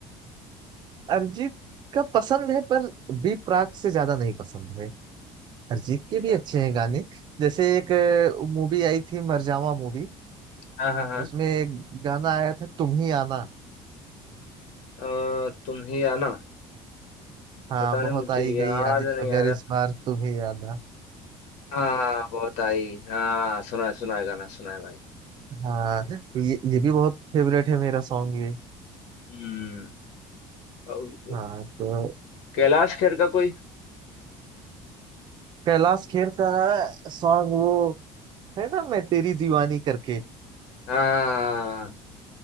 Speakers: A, on the right (about 40°); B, on the left (about 75°).
A: अरिजीत का पसंद है पर बी प्राक से ज्यादा नहीं पसंद है अरिजीत
B: अच्छा,
A: के भी अच्छे हैं गाने जैसे एक मूवी आई थी मरजावा मूवी
B: हाँ हाँ हाँ
A: उसमें एक गाना आया था तुम ही आना
B: अ, तुम ही आना
A: हाँ
B: पता
A: बहुत
B: नहीं मुझे
A: आई
B: याद
A: गई यादें
B: नहीं
A: मगर
B: आ रहा
A: इस बार तुम ही आना
B: हाँ बहुत आई हाँ सुना है सुना है गाना सुना है भाई
A: हाँ ये ये भी बहुत फेवरेट है मेरा सॉन्ग ये
B: हम्म और
A: हाँ तो
B: कैलाश खेर का कोई
A: कैलाश खेर का सॉन्ग वो है ना मैं तेरी दीवानी करके
B: हाँ